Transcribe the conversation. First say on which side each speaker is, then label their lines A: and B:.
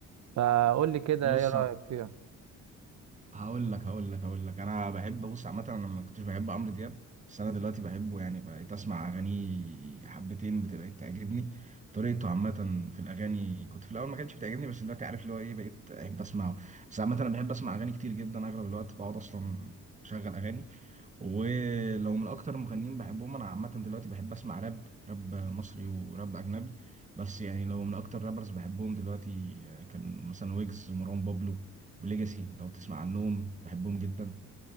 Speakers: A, on the right (about 65°); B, on the right (about 25°).
A: فقول لي كده
B: بص
A: ايه رأيك فيها
B: هقول لك هقول لك هقول لك انا بحب بص عامه انا ما كنتش بحب عمرو دياب بس انا دلوقتي بحبه يعني بقيت اسمع اغانيه حبتين بتبقى تعجبني طريقته عامه في الاغاني كنت في الاول ما كانتش بتعجبني بس دلوقتي عارف اللي هو ايه بقيت احب اسمعه بس عامه انا بحب اسمع اغاني كتير جدا اغلب الوقت بقعد اصلا اشغل اغاني ولو من اكتر المغنيين بحبهم انا عامه دلوقتي بحب اسمع راب راب مصري وراب اجنبي بس يعني لو من اكتر رابرز بحبهم دلوقتي آه، كان مثلا ويجز مروان بابلو وليجاسي لو تسمع عنهم بحبهم جدا